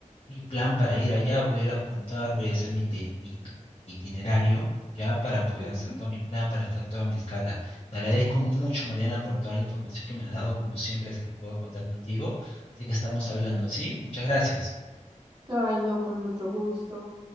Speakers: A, on the left; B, on the right.
A: mi plan para ir allá, voy a ir a apuntar, voy a hacer mi, iti- mi iti- itinerario, ya para
B: Ujú.
A: poder hacer todo mi plan, para hacer toda mi escala. Te agradezco mucho, Mariana, por toda la información que me has dado, como siempre, sé que puedo contar contigo, así que estamos hablando, ¿sí? Muchas gracias.
B: Ay, no, con mucho gusto.